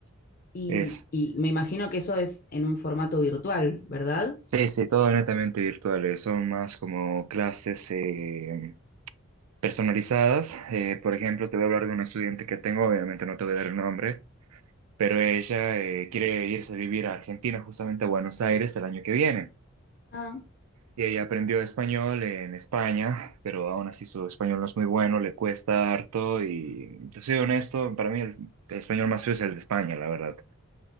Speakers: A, on the left (about 40°); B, on the right (about 85°).
A: Y,
B: es,
A: y me imagino que eso es en un formato virtual, ¿verdad?
B: sí, sí, todo netamente virtual, eh, son más como clases, eh, personalizadas. Eh, por ejemplo, te voy a hablar de una estudiante que tengo, obviamente no te voy a dar el nombre, pero ella eh, quiere irse a vivir a Argentina, justamente a Buenos Aires, el año que viene.
A: Ah.
B: Y ella aprendió español en España, pero aún así su español no es muy bueno, le cuesta harto y te soy honesto, para mí el español más feo es el de España, la verdad.